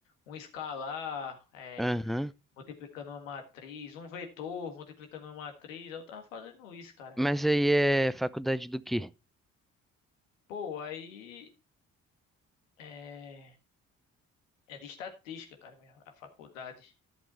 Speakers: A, on the left; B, in the centre.
A: um escalar, é,
B: Aham.
A: multiplicando uma matriz, um vetor multiplicando uma matriz. Eu tava fazendo isso, cara.
B: Mas aí é faculdade do quê?
A: Pô, aí é, é de estatística, cara, minha, a faculdade.